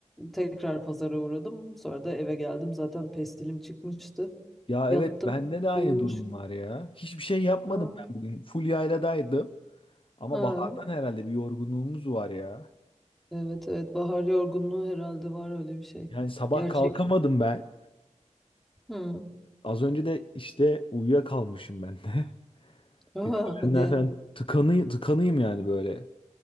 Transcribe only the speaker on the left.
Ya
evet bende de aynı
durum var ya. Hiçbir şey yapmadım
ben bugün. Full yayladaydım. Ama
bahardan herhalde bir yorgunluğumuz var ya.
Yani sabah
kalkamadım ben.
Az önce de işte uyuyakalmışım ben de. <laughs>
Bir polenler
falan tıkanı, tıkanıyım yani böyle.